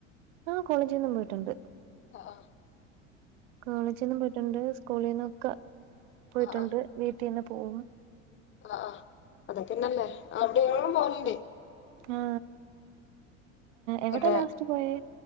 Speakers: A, on the right; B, on the left.
A: ആഹ് കോളേജീന്നും പോയിട്ടുണ്ട്
B: ആഹ്
A: കോളേജീന്നും പോയിട്ടുണ്ട് സ്കൂളീന്നൊക്കെ പോയിട്ടുണ്ട്
B: ആഹ് ആഹ്
A: വീട്ടീന്നും പോകും
B: ആഹ് അതൊക്കെന്നല്ലേ <unintelligible> പോകലുണ്ട്
A: ആ എവിടാ
B: പിന്നെ
A: ലാസ്റ്റ് പോയേ